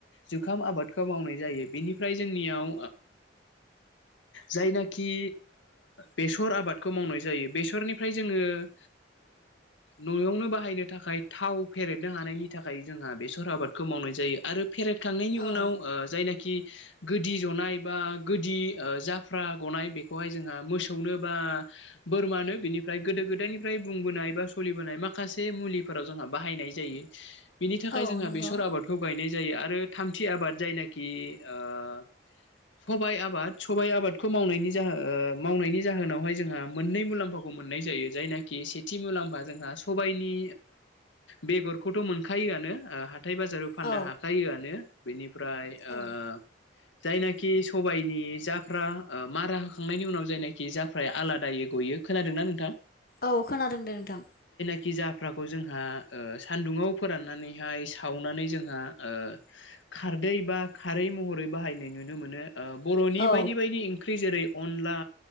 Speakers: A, on the left; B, on the left.
A: जुखाम आबाद खौ मावनाय जायो बेनिफ्राय जोंनियाव जायनाखि बेसर आबादखौ मावनाय जायो बेसरनिफ्राय जोङो न'आवनो बाहायनो थाखाय थाव फेरेदनो हानायनि थाखाय जोंहा बेसर आबादखौ मावनाय जायो आरो फेरेबखांनायनि उनाव
B: औ
A: जायनाखि गोदि जनाय बा गोदि जाफ्रा गनाय बेखौहाय जोंहा मोसौनो बा बोरमानो बिनिफ्राय गोदो गोदायनिफ्राय बुंबोनाय बा सोलिबोनाय माखासे मुलिफोराव जोंहा बाहायनाय जायो बिनि थाखाय
B: औ
A: जोंहा
B: नंगौ
A: बेसर आबादखौ गायनाय जायो आरो थामथि आबाद जायनाखि ओआ थाब सबायाइ आबाद सबायाइ आबादखौ मावनायनि ओ जाहो जोहोनावहाय मावनायनि जाहोनावहाय जोंहा मोननै मुलाम्फाखौ मोनो मोननाय जायो जायनोको सेथि मुलाम्फा जोंहा सबायनि बेगरखौथ मोनखायो हाथाय बाजाराव फाननो
B: औ
A: हाखायोआनो बेनिफ्राय ओ
B: औ
A: जायनाखि सबायनि जाफ्रा मारा होखांनायनि उनाव जायनोखि जाफाया आलादायै गयो खोनादोंना नोंथां
B: औ खोनादों दे नोंथां
A: खि जाफ्राखौ जोंहा ओ सान्दुुंाव फोराननानैहाय सावनानै जोंहा ओ खारदै बा खारै महरै बाहायनाय नुनो मोनो ओ बर' नि
B: औ
A: बायदि बायदि ओंख्रि जेरै अनला